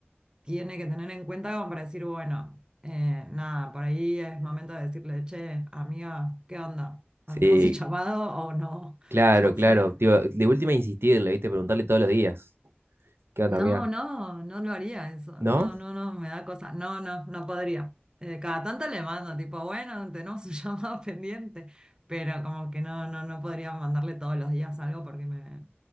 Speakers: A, on the right (about 20°); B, on the right (about 65°).
A: tiene que tener en cuenta como para decir, bueno, eh, nada, por ahí es momento de decirle, che, amiga, ¿qué onda?
B: Sí,
A: ¿Hacemos el chapado o no?
B: claro,
A: <laughs> O
B: claro.
A: sea,
B: Tío, de última insistirle, ¿viste? Preguntarle todos los días. ¿Qué onda,
A: no,
B: mía?
A: no, no lo haría eso.
B: ¿No?
A: No, no, no, me da cosa. No, no, no podría. Eh, cada tanto le mando, tipo, bueno, tenemos un <laughs> llamado pendiente, pero como que no, no, no podría mandarle todos los días algo porque me...